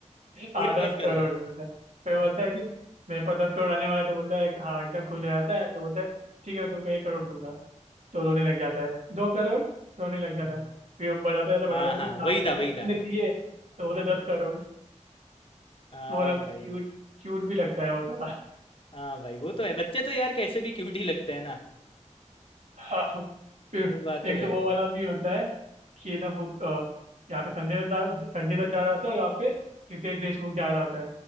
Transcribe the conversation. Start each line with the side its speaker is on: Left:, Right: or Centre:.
Left: पूरे
Right: हाँ दस
Left: दस करोड़
Right: करोड़ बोलता है फिर बोलता है कि मेरे पास दस करोड़ आने वाला है तो बोलता है हाँ एकदम खुश हो जाता है फिर बोलता है ठीक है मैं तुमको एक करोड़ दूंगा तो रोने लग जाता है दो करोड़ रोने लग
Left: हाँ
Right: जाता है फिर बढ़ाता जाता है, बढ़ाता
Left: हाँ
Right: जाता
Left: हाँ,
Right: है फिर
Left: वही
Right: लास्ट में
Left: था
Right: बोलता
Left: वही
Right: है कितने
Left: था
Right: चाहिए तो बोलता है दस करोड़
Left: हाँ
Right: वो मतलब
Left: भाई
Right: क्यूट क्यूट भी लगता है वो थोड़ा
Left: हाँ भाई वो तो है बच्चे तो यार कैसे भी क्यूट ही लगते हैं ना
Right: हाँ हाँ। फिर
Left: वो बात तो
Right: एक
Left: है
Right: तो वो वाला भी होता है कि ना वो अ, यहाँ पे संजय दत्त संजय दत्त जा रहा होता है और यहाँ पे रितेश देशमुख जा रहा होता है